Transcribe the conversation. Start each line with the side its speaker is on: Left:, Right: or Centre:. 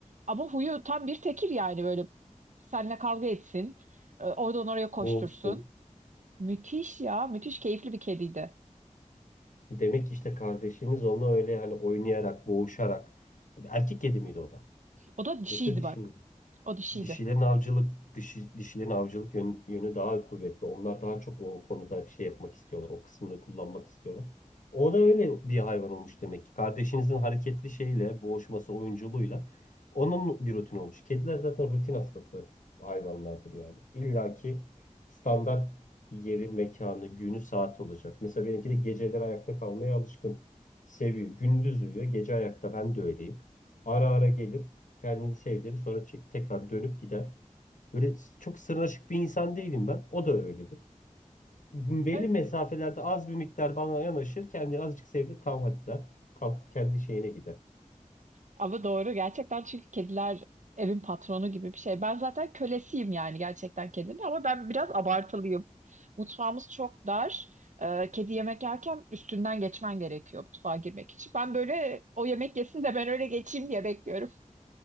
Right: Ama huyu tam bir tekir yani böyle Seninle kavga etsin. e, Oradan oraya koştursun.
Left: Boğuşsun.
Right: Müthiş ya. Müthiş keyifli bir kediydi.
Left: Demek ki işte kardeşiniz onunla öyle hani oynayarak, boğuşarak. Erkek kedi miydi o da?
Right: O da dişiydi
Left: Yoksa dişi
Right: bak.
Left: mi?
Right: O dişiydi.
Left: dişilerin avcılık dişi, dişilerin avcılık yön- yönü daha kuvvetli. Onlar daha çok o konuda şey yapmak istiyorlar. O kısmını kullanmak istiyorlar. O da öyle bir hayvan olmuş demek ki. Kardeşinizin hareketli şeyle, boğuşması, oyunculuğuyla onun bir rutin olmuş. Kediler zaten rutin hastası hayvanlardır yani. İlla ki standart yeri, mekanı, günü, saati olacak. Mesela benimki de geceleri ayakta kalmaya alışkın. Seviyor. Gündüz uyuyor, gece ayakta. Ben de öyleyim. Ara ara gelir. Kendini sevdirir sonra çek- tekrar dönüp gider. Böyle s- çok sırnaşık bir insan değilim ben. O da öyledir. Belli
Right: Evet.
Left: mesafelerde az bir miktar bana yanaşır. Kendini azıcık sevdir tamam hadi der. Kalkıp kendi şeyine gider.
Right: Ama doğru gerçekten çünkü kediler evin patronu gibi bir şey. Ben zaten kölesiyim yani gerçekten kedinin ama ben biraz abartılıyım. Mutfağımız çok dar. E, kedi yemek yerken üstünden geçmen gerekiyor mutfağa girmek için. Ben böyle o yemek yesin de ben öyle geçeyim diye bekliyorum.